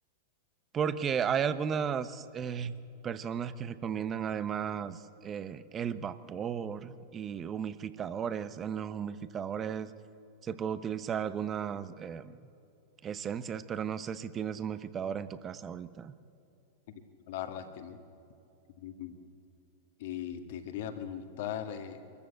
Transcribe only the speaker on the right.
porque hay algunas eh, personas que recomiendan además eh, el vapor y humificadores. En los humificadores se puede utilizar algunas... eh, Esencias, pero no sé si tienes humidificador en tu casa ahorita.